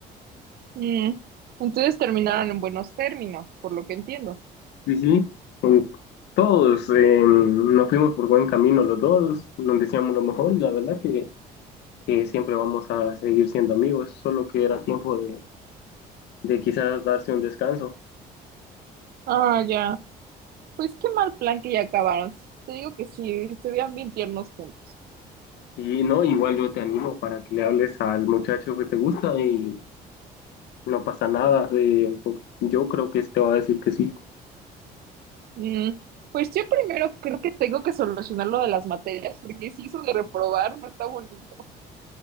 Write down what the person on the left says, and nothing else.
Sí, sí, con todos eh, nos fuimos por buen camino los dos, nos decíamos lo mejor y la verdad que, que siempre vamos a seguir siendo amigos, solo que era tiempo de, de quizás darse un descanso.
Y no, igual yo te animo para que le hables al muchacho que te gusta y no pasa nada, eh, yo creo que te va a decir que sí.